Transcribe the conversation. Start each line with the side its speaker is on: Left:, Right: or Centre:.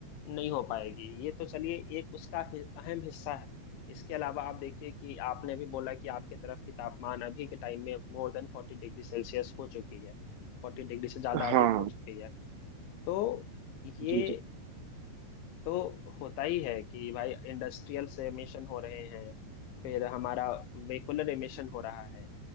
Left: नहीं हो पाएगी ये तो चलिए एक उसका हि- अहम हिस्सा है इसके अलावा आप देखिए कि आपने भी बोला कि आपके तरफ की तापमान अभी के टाइम में more than forty degree Celsius हो चुकी है फोर्टी डिग्री से ज्यादा अधिक
Right: हाँ
Left: हो चुकी है तो ये
Right: जी जी
Left: तो होता ही है कि भाई इंडस्ट्रियल से एमिशन हो रहे हैं फिर हमारा वेहिकुलर एमिशन हो रहा है